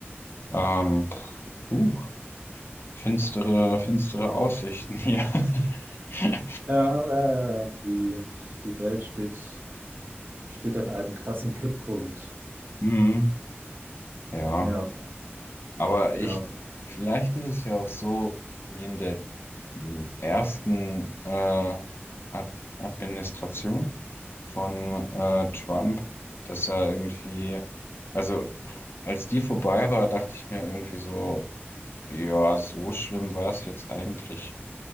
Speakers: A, on the left; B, on the right.
A: Ähm, uh, finstere, finstere Aussichten hier. <laughs>
B: ja, ja. Die, die Welt steht, steht an einem krassen Kipppunkt.
A: Hm, ja,
B: Ja,
A: aber
B: ja,
A: ich, vielleicht ist es ja auch so wie in der ersten äh, Ad Administration von äh, Trump, dass er irgendwie, also als die vorbei war, dachte ich mir irgendwie so, ja, so schlimm war es jetzt eigentlich